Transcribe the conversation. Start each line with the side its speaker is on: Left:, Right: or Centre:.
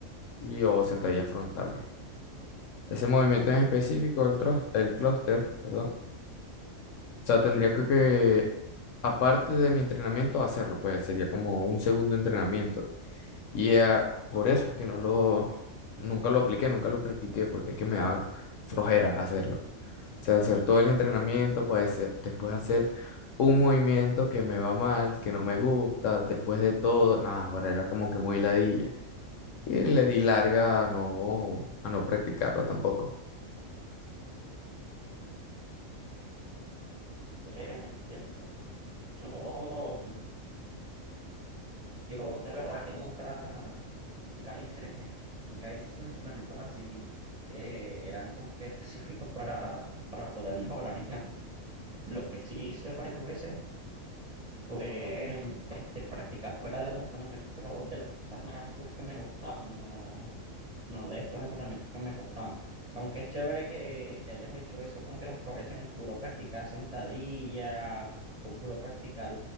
Left: y o sentadillas frontales. Ese movimiento en específico, el, tros- el clúster, perdón. O sea, tendría que, que, aparte de mi entrenamiento, hacerlo, pues sería como un segundo entrenamiento. Y eh, por eso es que no lo, nunca lo apliqué, nunca lo practiqué, porque es que me da flojera hacerlo. O sea, hacer todo el entrenamiento, pues hacer- después hacer un movimiento que me va mal, que no me gusta, después de todo, nada, ahora era como que muy ladilla. Y le di larga a no, a no practicarlo tampoco.
Right: entiendo. Yo. Yo de verdad que nunca, nunca hice, <laughs> nunca hice esos entrenamientos así que eran como que específicos para, para poder mejorar en algo. Lo que sí hice varias veces fue em, este, practicar fuera de los entrenamientos de las cosas nada, las que me gustaban, no, no de estos entrenamientos que me costaban. Aunque es chévere que, que hayas hecho eso, como que las progresiones, puro practicar sentadilla o puro practicar